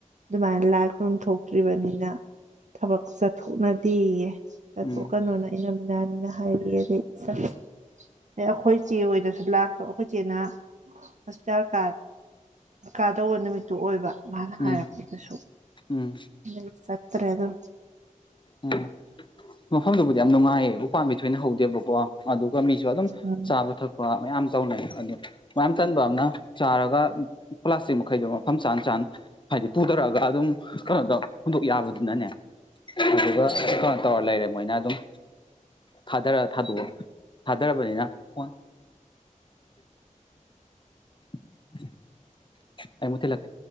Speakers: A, on the right; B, on the left.
A: ꯗꯨꯃꯥꯏꯅ ꯂꯥꯏ ꯈꯨꯔꯨꯝ ꯊꯣꯛꯇ꯭ꯔꯤꯕꯅꯤꯅ ꯊꯕꯛ ꯆꯠꯊꯣꯛꯅꯗꯦꯌꯦ ꯆꯠꯊꯣꯛꯀꯅꯣꯅ
B: ꯎꯝ
A: ꯏꯅꯝ ꯅꯍꯥꯟꯅ ꯍꯥꯏꯔꯤ ꯑꯗꯩ <inaudible> ꯑꯩꯈꯣꯏ ꯆꯦ ꯍꯣꯏꯗꯁꯨ ꯂꯥꯛꯇꯕ ꯑꯩꯈꯣꯏ ꯆꯦꯅ ꯍꯣꯁꯄꯤꯇꯥꯜ ꯀꯥ ꯀꯥꯗꯧꯕ ꯅꯨꯃꯤꯠꯇꯣ ꯑꯣꯏꯕ ꯃꯥꯅ
B: ꯎꯝ
A: ꯍꯥꯏꯔꯛ ꯈꯣꯏꯗꯁꯧ
B: ꯎꯝ
A: ꯅ ꯆꯠꯇ꯭ꯔꯦ ꯑꯗꯨꯝ
B: ꯎꯝ ꯃꯐꯝꯗꯨꯕꯨꯗꯤ ꯌꯥꯝ ꯅꯨꯡꯉꯥꯏꯌꯦ ꯎꯄꯥꯝꯕꯤ ꯊꯣꯏꯅ ꯍꯧꯗꯦꯕꯀꯣ ꯑꯗꯨ ꯑꯗꯨꯒ ꯃꯤꯁꯨ ꯑꯗꯨꯝ
A: ꯎꯝ
B: ꯆꯥꯕ ꯊꯛꯄ ꯃꯌꯥꯝ ꯇꯧꯅꯩ ꯑꯗꯨ ꯃꯌꯥꯝ ꯇꯟꯕ ꯑꯃꯅ ꯆꯥꯔꯒ ꯄ꯭ꯂꯥꯁꯇꯤꯛ ꯃꯈꯩꯗꯣ ꯃꯐꯝ ꯆꯥꯅ ꯆꯥ ꯍꯥꯏꯗꯤ ꯄꯨꯗꯔꯛꯑꯒ ꯑꯗꯨꯝ ꯀꯩꯅꯣꯗꯣ ꯍꯨꯟꯗꯣꯛ ꯌꯥꯕꯗꯨꯅꯅꯦ <inaudible> ꯑꯗꯨꯗꯨꯒ ꯀꯩꯅꯣ ꯇꯧꯔ ꯂꯩꯔꯦ ꯃꯣꯏꯅ ꯑꯗꯨꯝ ꯊꯥꯗꯔ ꯊꯥꯗꯣꯛ ꯊꯥꯗꯔꯕꯅꯤꯅ ꯐꯣꯟ <inaudible> ꯑꯩ ꯃꯨꯛ ꯊꯤꯜꯂꯛ